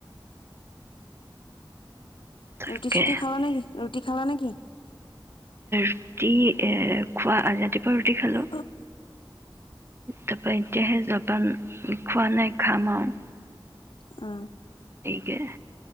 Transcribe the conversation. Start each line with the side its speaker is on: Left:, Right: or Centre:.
Right: তাকে
Left: ৰুটি চুটি খালা নে কি? ৰুটি খালা নেকি?
Right: ৰাতি এ খোৱা ৰাতিপোৱা ৰো ৰুটি খালো।
Left: অ
Right: তাৰাপা এতিয়াহে য পা খোৱা নাই খাম আৰু।
Left: অ।
Right: কে।